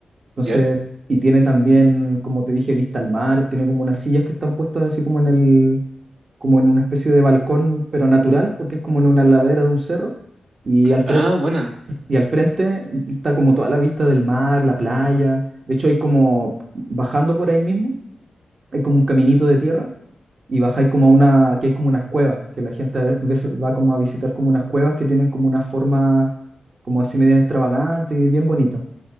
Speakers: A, on the right; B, on the right.
A: Entonces,
B: ¿Ya?
A: y tiene también, como te dije, vista al mar, tiene como unas sillas que están puestas así como en el, como en una especie de balcón, pero natural, porque es como en una ladera de un cerro, y al frente,
B: Ah, bueno,
A: y al frente está como toda la vista del mar, la playa, de hecho hay como, bajando por ahí mismo, hay como un caminito de tierra y bajáis como a una, que es como unas cuevas, que la gente a ve- veces va como a visitar como unas cuevas que tienen como una forma como así media extravagante y bien bonito.